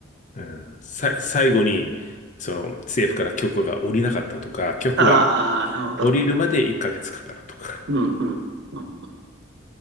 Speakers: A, on the left; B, on the right.
A: うん、さ、最後に、その政府から許可が下りなかったとか、許可が
B: ああ、なるほど。
A: 下りるまで1ヶ月かかるとか、
B: うんうんうん。